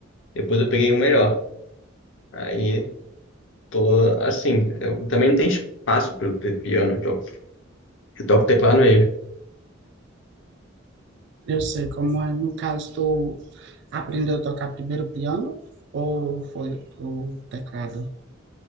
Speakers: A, on the left; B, on the right.
A: depois eu peguei um melhor. Aí Tô, assim, eu também não tem espaço para eu ter piano, então eu toco teclado mesmo.
B: Eu sei como é. No caso, tu aprendeu a tocar primeiro piano ou foi o teclado?